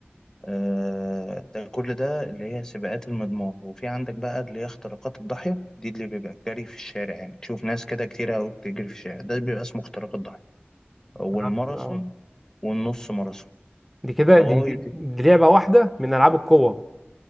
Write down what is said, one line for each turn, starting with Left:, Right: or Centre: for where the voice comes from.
Left: آه، ده كل ده اللي هي سباقات المضمار وفي عندك بقى اللي هي اختراقات الضاحية دي اللي بيبقى الجري في الشارع يعني تشوف ناس كده كتير أوي بتجري في الشارع ده بيبقى اسمه اختراق الضاحية والماراثون
Centre: فهمت، اه
Left: والنص ماراثون
Centre: دي كده
Left: لغاية
Centre: دي, دي لعبه واحده من العاب القوه